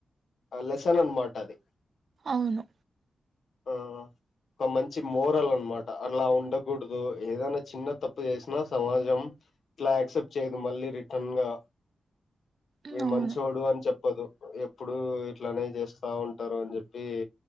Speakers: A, on the left; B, on the right.
A: లెసన్ అన్నమాట అది
B: అవును
A: ఆ ఒక మంచి మోరల్ అన్నమాట అలా ఉండకూడదు ఏదైనా చిన్న తప్పు చేసినా సమాజం అట్లా యాక్సెప్ట్ చేయదు మళ్ళీ రిటన్ గా
B: ఉమ్,
A: వీడు
B: అవును
A: మంచోడు అని చెప్పదు ఎప్పుడు ఇట్లానే చేస్తా ఉంటారు అని చెప్పి